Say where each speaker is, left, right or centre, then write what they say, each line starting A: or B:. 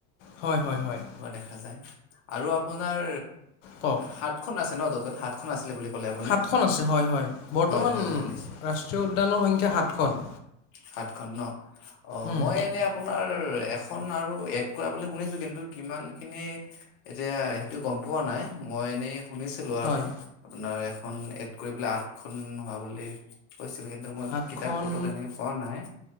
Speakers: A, on the left (about 85°); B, on the left (about 40°).
A: হয়', হয়', হয়',
B: সেই ফালে আৰু আপোনাৰ
A: কওক
B: সাতখন আছে ন? সাতখন আছিলে বুলি ক'লে আপুনি?
A: সাতখন আছে হয়', হয়', বৰ্তমান
B: হয় হয়
A: ৰাষ্ট্ৰীয়
B: হয় নিশ্চয়
A: উদ্যানৰ সংখ্যা সাতখন।
B: সাতখন ন? অঁ,
A: উম,
B: মই এনেই আপোনাৰ এখন আৰু এড কৰাব বুলি শুনিছোঁ। কিন্তু কিমান খিনি, এতিয়া সেইটো গম পোৱা নাই। মই এনেই শুনিছিলো
A: হয়
B: আৰু আপোনাৰ এখন এড কৰি পেলাই, আঠখন হোৱা বুলি। কৈছিল কিন্তু মই
A: আঠখন
B: কিতাপ পত্ৰত তেনেকে পোৱা নাই।